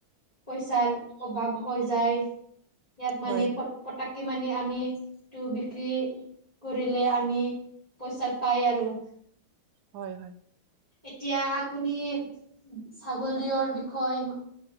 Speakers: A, on the left (about 15°); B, on the right (about 75°).
A: পইচাৰ অভাৱ হৈ যায় ইয়াত মানে
B: হয়
A: পতাককে মানি আমিটো বিক্ৰী কৰিলে আমি পইচাৰ পাই আৰু
B: হয় হয়
A: এতিয়া আপুনি ছাগলীৰৰ বিষয়